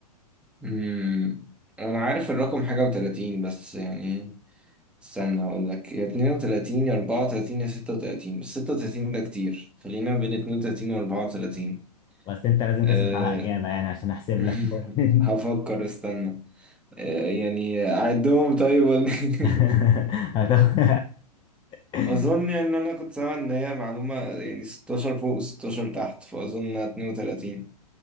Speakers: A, in the centre; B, on the left.
A: مم. أنا عارف الرقم حاجة وتلاتين بس يعني استنى أقول لك يا اتنين وتلاتين يا أربعة وتلاتين يا ستة وتلاتين بس ستة وتلاتين ده كتير خلينا بين اتنين وتلاتين وأربعة وتلاتين
B: بس انت لازم
A: أه...
B: تثبت على اجابة يعني عشان احسب
A: <laughs>
B: لك بوينت
A: هفكر استنى أه يعني أعدهم طيب ولا
B: <laughs>
A: <laughs>
B: هتاخد <laughs>
A: اظن يعني ان انا كنت سامع ان هي معلومه يعني 16 فوق و16 تحت فاظن 32